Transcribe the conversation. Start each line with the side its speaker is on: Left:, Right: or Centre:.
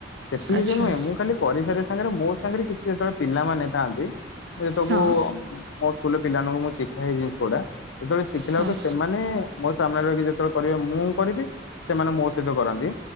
Left: ସେତିକି
Right: ଆଚ୍ଛା
Left: ନୁହେଁ ମୁଁ ଖାଲି ପରିଘରେ ସାଙ୍ଗରେ, ମୋ ସାଙ୍ଗରେ କିଛି ଯେତେବେଳେ ପିଲାମାନେ ଥାଆନ୍ତି, <unintelligible>
Right: ହଁ
Left: ମୋ ସ୍କୁଲରେ ପିଲାମାନଙ୍କୁ ମୁଁ ଶିଖାଏ ଏ ଜିନିଷ ଗୁଡା। ଯେତେବେଳେ ଶିଖିଲା
Right: ହଁ
Left: ବେଳକୁ, ସେମାନେ ମୋ ସାମ୍ନାରେ କି ଯେତେବେଳେ କରିବେ, ମୁଁ କରିବି, ସେମାନେ ମୋ ସହିତ କରନ୍ତି।